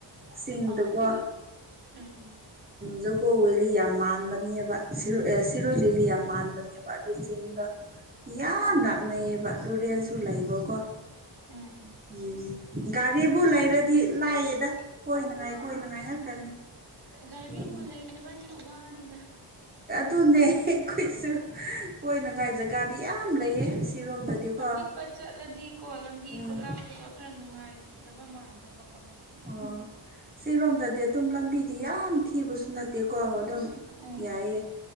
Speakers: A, on the right; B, on the right.
A: ꯁꯤꯡꯗꯀꯣ
B: ꯑꯥ ꯎꯝ
A: ꯖꯨꯒꯣ ꯕꯦꯂꯤ ꯌꯥꯝ ꯃꯥꯟꯕꯅꯦꯕ ꯁꯤꯔꯣꯏ ꯕꯦꯂꯤ ꯌꯥꯝ ꯃꯥꯟꯕꯅꯦꯕ ꯑꯗꯨꯨ <inaudible> ꯆꯤꯡꯗ ꯌꯥꯝ
B: ꯑꯣ
A: ꯅꯛꯅꯩꯌꯦꯕꯥ ꯇꯨꯔꯦꯟꯁꯨ ꯂꯩꯕꯥꯀꯣ
B: ꯎꯟ <inaudible>
A: ꯎꯝ ꯒꯥꯔꯤꯕꯨ ꯂꯩꯔꯗꯤ ꯂꯥꯏꯌꯦꯗ ꯀꯣꯏꯅꯉꯥꯏ ꯀꯣꯏꯅꯉꯥꯏ ꯉꯥꯛꯇꯅꯤ
B: ꯘꯥꯔꯤꯕꯨ
A: ꯎꯝ
B: ꯂꯩꯇꯕꯅꯤ ꯋꯥꯅꯤꯗꯥ
A: ꯇꯨꯅꯦ ꯑꯩꯈꯣꯏꯁꯨ ꯀꯣꯏꯅꯉꯥꯏ ꯖꯒꯥꯗꯤ ꯌꯥꯝ ꯂꯩꯌꯦ ꯁꯤꯔꯣꯝꯗꯗꯤꯀꯣ
B: ꯑꯄꯤꯛꯄ ꯆꯠꯂꯗꯤ ꯀꯣ ꯂꯝꯕꯤ
A: ꯎꯝ
B: ꯈꯨꯠꯂꯥꯞꯄꯒ ꯈꯔ ꯅꯨꯡꯉꯥꯏꯗꯕ ꯃꯥꯟꯗꯕ ꯀꯣ
A: ꯑꯣ ꯁꯤꯔꯣꯝꯗꯗꯤ ꯑꯗꯨꯝ ꯂꯝꯕꯤꯗꯤ ꯌꯥꯝ ꯊꯤꯕꯁꯨ ꯅꯥꯠꯇꯦꯀꯣ ꯑꯗꯨꯝ
B: ꯎꯝ
A: ꯌꯥꯏꯌꯦ